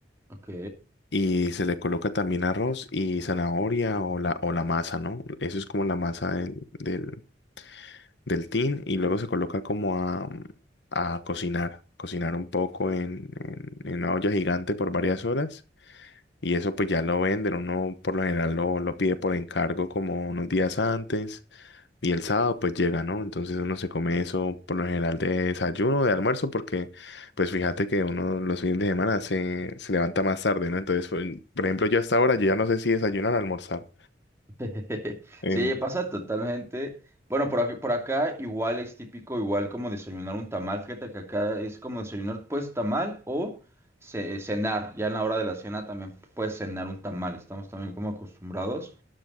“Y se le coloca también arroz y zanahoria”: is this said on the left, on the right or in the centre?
Left